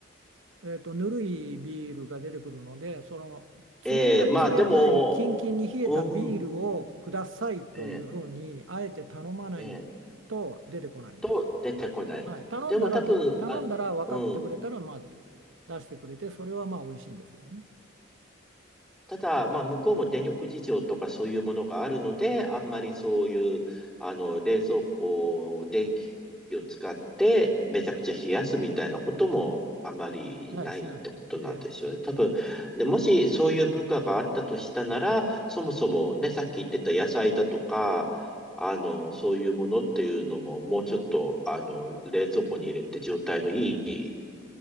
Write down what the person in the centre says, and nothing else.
ええ、まあ、
でも、
うん、ええ、
ええ、と、出てこない。
でも、多分、
あ、うん、
ただ、まあ、向こうも電力事情とかそういうものがあるので、あんまりそういう、あの、冷蔵庫を電気を使ってめちゃくちゃ冷やすみたいなこともあまりないってことなんですよね。
多分、で、もしそういう文化があったとしたなら、そもそもね、さっき言ってた野菜だとか、あの、そういうものっていうのも、もうちょっと、あの、冷蔵庫に入れて状態のいい